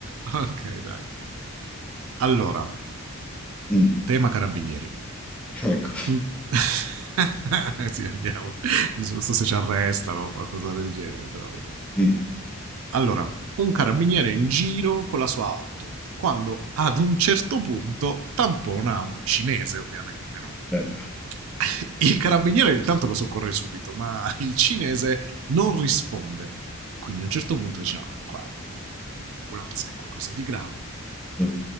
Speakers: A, on the right; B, in the centre.
A: <laughs> Ok, dai. Allora,
B: Mm,
A: tema carabinieri.
B: ecco.
A: Mm. <laughs> sì, andiamo. Non so se ci arrestano o qualcosa del genere, però vediamo.
B: Mm,
A: Allora, un carabiniere in giro con la sua auto, quando ad un certo punto tampona un cinese, ovviamente, no?
B: ecco.
A: <laughs> Il carabiniere intanto lo soccorre subito, ma il cinese non risponde. E quindi a un certo punto dice, no, è qua, è il momento di chiamare l'ambulanza, è qualcosa di grave.
B: Mm,